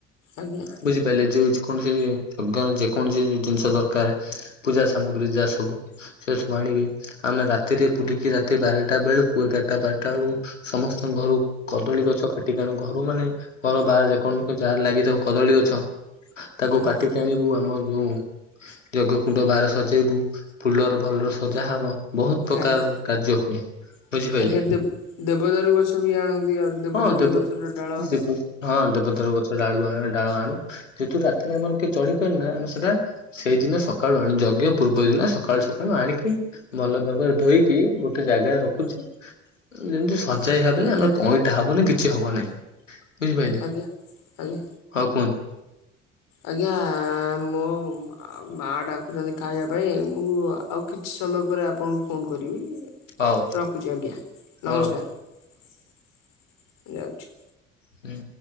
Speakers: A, on the left; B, on the left.
A: ଆଜ୍ଞା।
B: ବୁଝିପାରିଲେ ଯେଉ କୌଣସି ଯଜ୍ଞ ଯେକୌଣସି ଜିନିଷ ଦରକାର ପୂଜା ସାମଗ୍ରୀ ଯା ସବୁ ସେ ସବୁ ଆଣିବେ ଆମେ ରାତିରେ ବୁଲିକି ରାତି ବାରଟା ବେଳୁକୁ ଏଗାରଟା ବାରଟା ବେଳକୁ ସମସ୍ତଙ୍କ ଘରୁ କଦଳୀ ଗଛ କାଟିିକି ଆଣୁ ଘରୁ ମାନେ ଘର ବାହାରେ ଯେକୌଣସି ଯାହାର ଲାଗିଥାଉ କଦଳୀ ଗଛ ତାକୁ
A: ଆଜ୍ଞା
B: କାଟିକି ଆଣିବୁ ଆମ ଯୋଉଁ ଯଜ୍ଞ କୁଣ୍ଡ ବାହାରେ ସଜେଇବୁ। ଫୁଲର ଭଲରେ ସଜା ହବ ବହୁତ ପ୍ରକାର
A: ଆଜ୍ଞା
B: କାର୍ଯ୍ୟ ହୁଏ। ବୁଝିପାରିଲେ
A: ଆଜ୍ଞା ଦେବ୍ ଦେବଦାରୁ ଗଛ ବି ଆଣନ୍ତି ଆଉ ଦେବଦାରୀ
B: ହଁ ଦେବ
A: ଗଛର ଡାଳ
B: ଦେବ ହଁ ଦେବଦାରୁ ଗଛ ର ଡାଳୁଆ ଡାଳ ଆଣୁ। ସେଠୁ ରାତିରେ ଆମର କିଏ ଚଢିପାରୁ ନା ଆମ ସେଟା ସେଇ ଦିନ ସକାଳୁ ଆଣୁ ଯଜ୍ଞ ପୂର୍ବ ଦିନ ସ ସକାଳୁ ସକାଳୁ ଆଣିକି ଭଲ ଭାବରେ ଧୋଇକି ଗୋଟେ ଜାଗାରେ ରଖୁଚି। ଯେମିତି ସଜାଇ ହେବେଲେ
A: ଆଜ୍ଞା
B: ଆମର କଇଁଠା ହବ ନି କିଛି ହବ ନାହିଁ। ବୁଝିପାଇଲେ
A: ଆଜ୍ଞା ଆଜ୍ଞା
B: ହଉ କୁହନ୍ତୁ।
A: ଆଜ୍ଞା ମୋ ମା ଡାକୁଚନ୍ତି ଖାଇବା ପାଇଁ ମୁଁ ଆଉ କିଛି ସମୟ ପରେ ଆପଣଙ୍କୁ ଫୋନ କରିବି।
B: ହଉ
A: ରଖୁଚି ଆଜ୍ଞା
B: ହଉ
A: ନମସ୍କାର
B: ରଖ
A: ଯାଉଚି।
B: ହୁଁ।